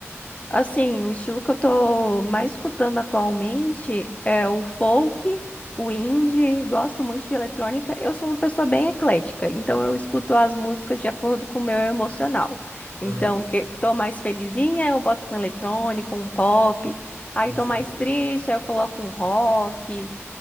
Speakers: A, on the left (about 30°); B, on the right (about 75°).
A: Assim, o estilo que eu tô mais escutando atualmente é o folk, o indie, gosto muito de eletrônica. Eu sou uma pessoa bem eclética, então eu escuto as músicas de acordo com o meu emocional. Então,
B: Aham,
A: que tô mais felizinha, eu boto um eletrônico, um pop. Aí
B: boto
A: tô
B: fé.
A: mais triste, aí eu coloco um rock